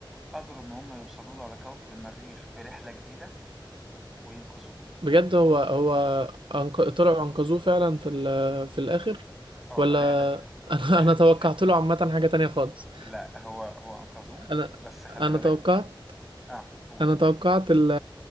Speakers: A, in the centre; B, on the right (about 75°).
A: قدروا إن هم يوصلوا له على كوكب المريخ برحلة جديدة وينقذوه.
B: بجد هو هو أنق... طلعوا انقذوه فعلا في ال... في الاخر
A: آه،
B: ولا
A: الرحلة
B: <laughs> انا
A: أخ
B: انا توقعت له عامة حاجة تانية خالص
A: لأ، هو هو أنقذوه،
B: انا
A: بس خلّي
B: انا
A: بالك
B: توقعت
A: آه، قُل.
B: انا توقعت ال-